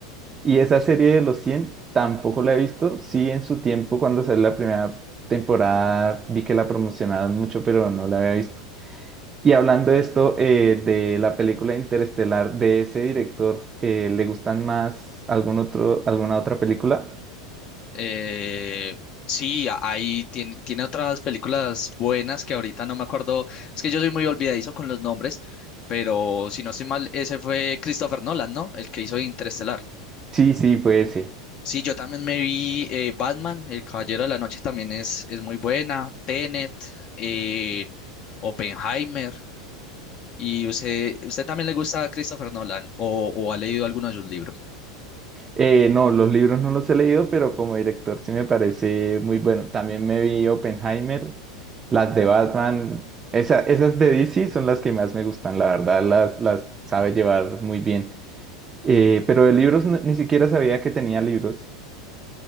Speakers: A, on the right (about 25°); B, on the left (about 40°).
A: Y esa serie de los 100 tampoco la he visto, sí en su tiempo cuando salió la primera temporada vi que la promocionaron mucho, pero no la había visto. Y hablando de esto, eh, de la película Interestelar de ese director, eh, ¿le gustan más algún otro, alguna otra película?
B: Eh, sí, a- ahí tiene, tiene otras películas buenas que ahorita no me acuerdo. Es que yo soy muy olvidadizo con los nombres, pero si no estoy mal, ese fue Christopher Nolan, ¿no? El que hizo Interestelar.
A: Sí, sí, fue ese.
B: Sí, yo también me vi eh, Batman, El Caballero de la Noche también es, es muy buena, Tenet, eh, Oppenheimer. ¿Y usted, usted también le gusta a Christopher Nolan o, o ha leído alguno de sus libros?
A: Eh, no, los libros no los he leído, pero como director sí me parece muy bueno. También me vi Oppenheimer, las de Batman, esa- esas de DC son las que más me gustan, la verdad, las, las sabe llevar muy bien. Eh, pero de libros no- ni siquiera sabía que tenía libros.